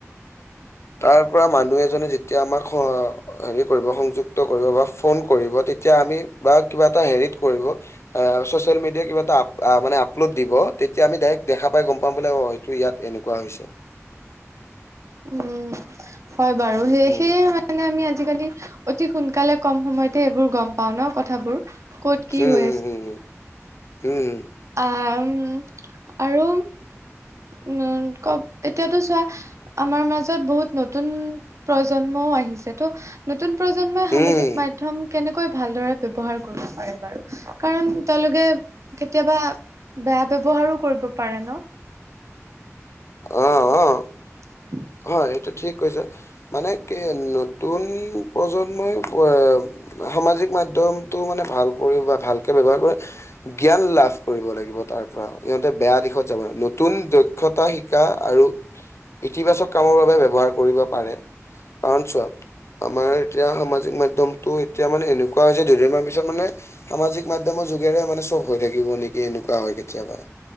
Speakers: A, on the left; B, on the right.
A: তাৰ পৰা মানুহ এজনে যেতিয়া আমাক হ হেৰি কৰিব সংযুক্ত কৰিব বা ফ ফ'ন কৰিব তেতিয়া আমি বা কি বা এটা হেৰিত কৰিব আ ছচিয়েল মিডিয়া কিবা এটা অপ আ মানে আপলোড দিব তেতিয়া আমি ডাইৰেক্ট দেখা পাই গম পাম বোলে অ এটো ইয়াত এনেক কোৱা হৈছে।
B: উম হয় বাৰু সেই
A: উম
B: সেয়ে মান মানে আমি আজিকালি অতি সোনকালে কম সময়তে এইবোৰ গম পাও ন কথাবোৰ। ক'ত
A: উম
B: কি হৈ
A: উম উম উম।
B: আআম আৰু উম কক এতিয়াতো চোৱা আমাৰ মাজত বহুত নতুন প্ৰজন্মও আহিছে ত'। নতুন প্ৰজন্মই সামাজিক
A: উম
B: মাধ্যম। কেনেকৈ ভালদৰে ব্যৱহাৰ কৰিব পাৰে বাৰু, কাৰণ তেওঁলোকে কেতিয়াবা বেয়া ব্যৱহাৰো কৰিব পাৰে ন।
A: অ', অ'।
B: <unintelligible>
A: হয়, এইটো ঠিক কৈছ, মানে কি নতুন প্ৰজন্মই অ সামাজিক মাধ্যমটো মানে ভালকৈ বা ভালকে ব্যৱহাৰ কৰে। জ্ঞান লাভ কৰিব লাগিব, তাৰ পৰা সিহঁতে বেয়া দিশত যাব নালাগে নতুন দক্ষতা শি কা আৰু ইতিবাচক। কামৰ বাবে ব্যৱহাৰ কৰিব পাৰে, কাৰণ চোৱা আমাৰ এতিয়া সামাজিক মাধ্যমটো এতিয়া মানে এনেকুৱা হৈছে, দুদিনমান পিছত মানে সামাজিক মাধ্যমৰ যোগেৰে মানে চ'ব হৈ থাকিব নেকি, এনেকুৱা হয় কেতিয়াবা।